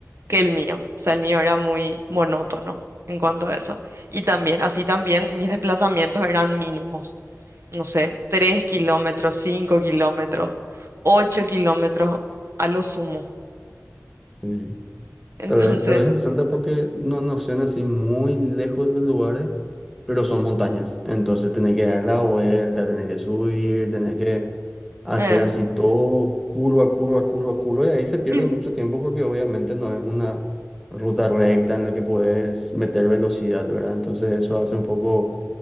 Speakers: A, on the right; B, in the centre.
A: que el mío. O sea, el mío era muy monótono en cuanto a eso. Y también, así también, mis desplazamientos eran mínimos. No sé, 3 kilómetros, 5 kilómetros, 8 kilómetros a lo sumo.
B: sí.
A: Entonces,
B: Tal vez, tal vez en Salta porque no, no sean así muy lejos los lugares, pero son montañas. Entonces tenés que dar la vuelta, tenés que subir, tenés que hacer
A: eh,
B: así todo curva, curva, curva, curva. Y ahí se pierde
A: <laughs>
B: mucho tiempo porque obviamente no es una ruta recta en la que puedes meter velocidad, ¿verdad? Entonces eso hace un poco...